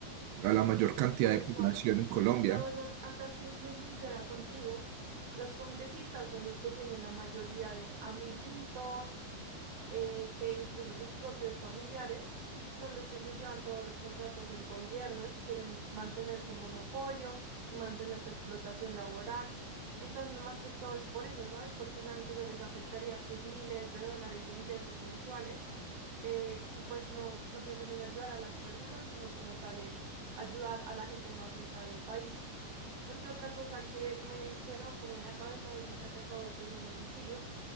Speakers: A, on the right; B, on the right.
A: a la mayor cantidad
B: Pues
A: de
B: Juan,
A: población en Colombia.
B: la verdad, acá siendo sincera contigo, los congresistas son los que tienen la mayoría de amiguitos, eh, que incluso sus propios familiares son los que se llevan todos los contratos del gobierno y quieren mantener su monopolio y mantener su explotación laboral. Entonces, más que todo es por eso, ¿sabes? Porque saben que eso les afectaría sus miles de dólares de ingresos mensuales eh, y pues no, no piensan en ayudar a las personas, sino como tal en ayudar a la gente más rica del país. Porque otra cosa que me quedó como en la cabeza ahorita que acabo de pedir un domicilio